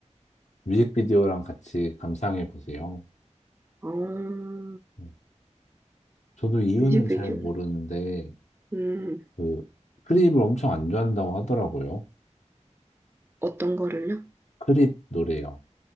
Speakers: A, on the left (about 70°); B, on the right (about 15°).
A: 뮤직비디오랑 같이 감상해 보세요.
B: 아,
A: 네. 저도 이유는
B: 뮤직비디오.
A: 잘 모르는데
B: 음.
A: 그 크립을 엄청 안 좋아한다고 하더라고요.
B: 어떤 거를요?
A: 크립 노래요.